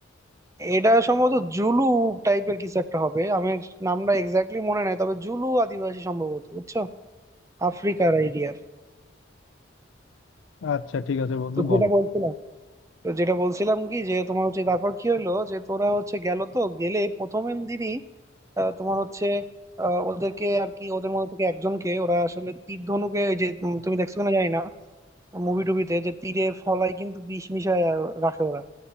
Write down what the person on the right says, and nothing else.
এটা সম্ভবত জুলু টাইপের কিছু একটা হবে আমি নামটা এক্স্যাক্টলি মনে নাই তবে জুলু আদিবাসী সম্ভবত বুঝছো আফ্রিকার আইডিয়া
তো
যেটা বলছিলাম তো যেটা বলছিলাম কি যে তোমার হচ্ছে তারপর কি হলো যে তোরা হচ্ছে গেল তো গেলে প্রথমের দিনই আহ, তোমার হচ্ছে আহ, ওদেরকে আর কি ওদের মধ্যে থেকে একজনকে ওরা আসলে তীর ধনুকে ওই যে তুমি তুমি দেখছো কিনা জানি না মুভি টুবিতে যে তীরের ফলায় কিন্তু বিষ মিশায় আর রাখে ওরা